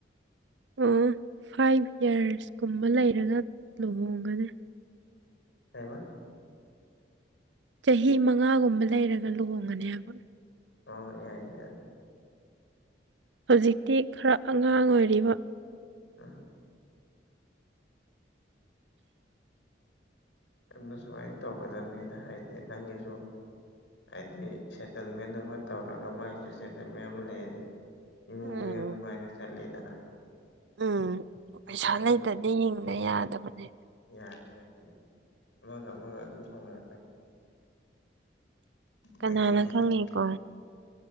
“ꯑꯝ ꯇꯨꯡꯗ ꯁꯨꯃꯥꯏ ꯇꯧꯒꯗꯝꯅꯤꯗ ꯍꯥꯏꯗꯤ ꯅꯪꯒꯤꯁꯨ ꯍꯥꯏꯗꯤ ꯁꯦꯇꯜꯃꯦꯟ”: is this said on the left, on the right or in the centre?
Left